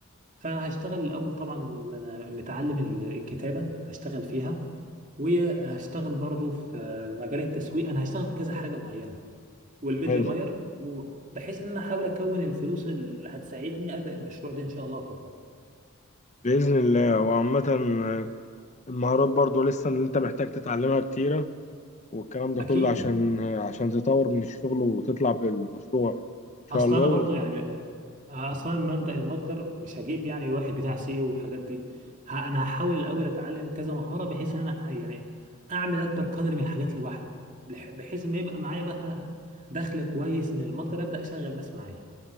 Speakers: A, on the right (about 35°); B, on the left (about 35°).
A: فهشتغل الاول طبعا متعلم الكتابه هشتغل فيها وهشتغل برضه في مجال التسويق انا هشتغل في كذا حاجه معينه والميديا
B: حلو
A: باير بحيث ان انا احاول اكون الفلوس اللي هتساعدني ابدا المشروع ده ان شاء الله اكبر
B: بإذن الله وعامة آه، المهارات برضو لسه اللي انت محتاج تتعلمها كتيرة والكلام ده
A: اكيد
B: كله عشان عشان تطور من الشغل وتطلع بالمشروع ان شاء
A: اصل
B: الله
A: انا
B: وت-
A: برضو يعني اصلا من مبدأ المتجر مش هجيب يعني واحد بتاع سيو والحاجات دي ه- انا هحاول الاول اتعلم كذا مهارة بحيث ان انا يعني اعمل اكبر قدر من الحاجات لوحدي بح- بحيث ما يبقى معايا بقى دخل كويس من المتجر ابدأ اشغل ناس معايا